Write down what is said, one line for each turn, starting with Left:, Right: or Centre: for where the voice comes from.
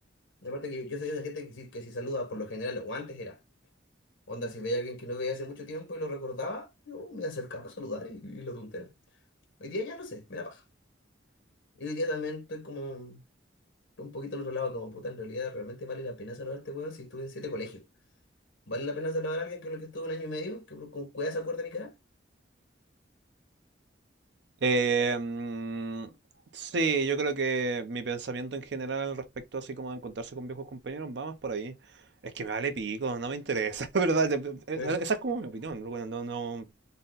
Left: Aparte que yo, yo soy de esa gente que si, que si saluda por lo general, o antes era, onda, si veía a alguien que no veía hace mucho tiempo y lo recordaba, yo me acercaba a saludar y, y lo tontero. Hoy día ya no sé, me da paja. Y hoy día también estoy como un poquito al otro lado, como puta, en realidad realmente vale la pena saludar a este weón si estuve en siete colegios. ¿Vale la pena salvar a alguien con el que estuve un año y medio? ¿Que por- con cuidado se acuerda de mi cara?
Right: Eh, mm, sí, yo creo que mi pensamiento en general al respecto, así como de encontrarse con viejos compañeros, va más por ahí. Es que me vale pico, no me interesa, <laughs> ¿verdad? Eh,
Left: Eh,
Right: Esa es como mi opinión, bueno, no, no,